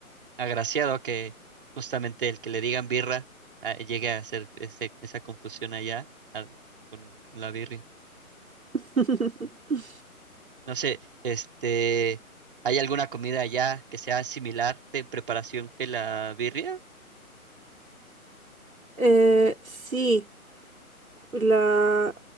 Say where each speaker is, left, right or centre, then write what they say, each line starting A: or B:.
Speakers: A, on the right (about 35°); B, on the right (about 65°).
A: agraciado que justamente el que le digan birra ah, llegue a hacer ese- esa confusión allá ah, con, con la birria.
B: <laughs>
A: No sé, este, ¿hay alguna comida allá que sea similar de preparación que la birria?
B: Eh, sí. La,